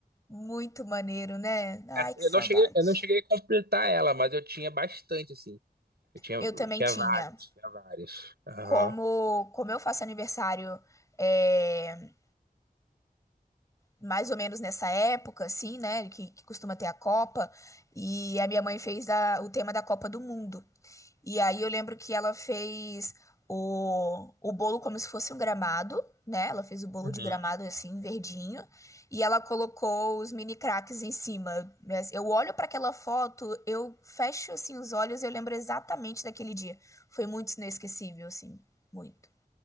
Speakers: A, on the left (about 20°); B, on the right (about 90°).
A: Muito maneiro, né? Ai,
B: Ah,
A: que
B: Eu
A: saudade.
B: não cheguei, eu não cheguei a completar ela, mas eu tinha bastante, assim. Eu tinha,
A: Eu
B: eu
A: também
B: tinha
A: tinha.
B: vários, tinha vários. Aham.
A: Como, como eu faço aniversário é, mais ou menos nessa época, assim, né? Que, que costuma ter a Copa, e a minha mãe fez a- o tema da Copa do Mundo. E aí eu lembro que ela fez o, o bolo como se fosse um gramado, né? Ela fez o bolo
B: Uhum.
A: de gramado assim, verdinho, e ela colocou os mini craques em cima. Mas Eu olho para aquela foto, eu fecho assim os olhos, eu lembro exatamente daquele dia. Foi muito inesquecível, assim, muito.